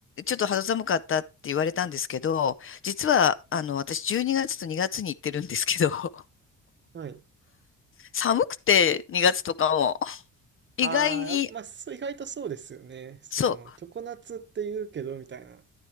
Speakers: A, on the left; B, on the right.
A: ちょっと肌寒かったって言われたんですけど、実は、あの、私12月と2月に行ってるんですけど、<laughs>
B: はい。
A: 寒くて2月とかも、意外に、
B: ああ、まあ、そう、意外とそうですよね。その、
A: そ
B: 常夏って言うけど、みたいな。